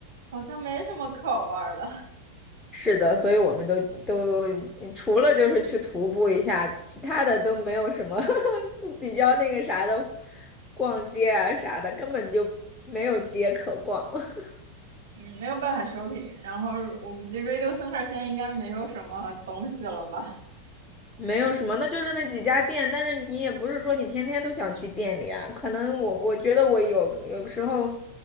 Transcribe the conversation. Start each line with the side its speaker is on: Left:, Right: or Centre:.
Right: 好像没什么可玩儿的，
Left: 是的，所以我们都都除了就是去徒步一下，其他的都没有什么 <laughs> 比较那个啥的，逛街啊啥的，根本就没有街可逛，<laughs>
Right: 嗯，没有办法 shopping。然后我估计 Radio Center 现在应该没有什么东西了吧。
Left: 没有什么，那就是那几家店，但是你也不是说你天天都想去店里啊，可能我我觉得我有有时候